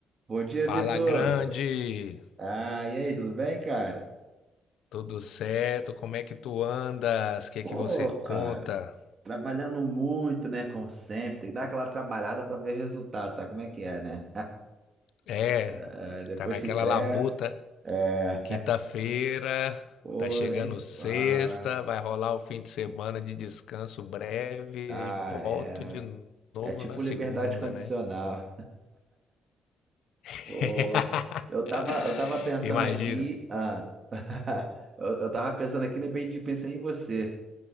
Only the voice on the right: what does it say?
Bom dia,
Vitor.
Ah, e aí, tudo bem, cara?
Pô,
cara,
trabalhando muito, né? Como sempre, tem que dar aquela trabalhada pra ver resultado, sabe como é que é, né?
É, depois
que cresce,
é,
pô,
nem
fa...
Ah,
né?
É tipo
liberdade condicional.
Pô, eu tava, eu tava pensando
aqui, ah, <laughs> eu, eu tava pensando aqui, de repente pensei em você.